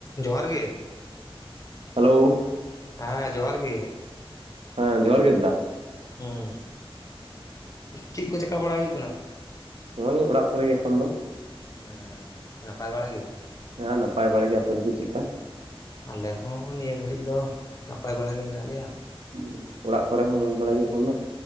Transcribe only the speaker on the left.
ᱡᱚᱦᱟᱨ ᱜᱮ,
ᱦᱮᱸ ᱡᱚᱦᱟᱨ ᱜᱮ᱾
ᱦᱩᱸ, ᱪᱮᱫ ᱠᱚ ᱪᱮᱠᱟ ᱵᱟᱲᱟᱭ ᱦᱩᱭᱩᱜ ᱠᱟᱱᱟ?
ᱦᱩᱸ ᱱᱟᱯᱟᱭ ᱵᱟᱲᱟ ᱜᱮ?
ᱟᱞᱮ ᱦᱚᱸ ᱱᱤᱭᱟᱹ ᱜᱷᱟᱹᱲᱤᱡ ᱫᱚ ᱱᱟᱯᱟᱭ ᱵᱟᱲᱟ ᱜᱮ ᱢᱮᱱᱟᱜ ᱞᱮᱭᱟ᱾